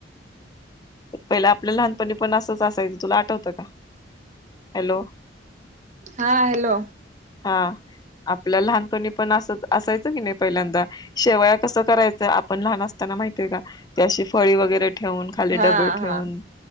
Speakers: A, on the left; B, on the right.
A: पहिला आपल्या लहानपणी पण असंच असायचं तुला आठवतं का हॅलो
B: हा हॅलो
A: हा आपल्या लहानपणी पण अस असायचं की नाही पहिल्यांदा शेवया कसं करायचं आपण लहान असताना माहितय का ते अशी फळी वगैरे ठेऊून खाली
B: हा
A: डबे ठेऊून
B: हा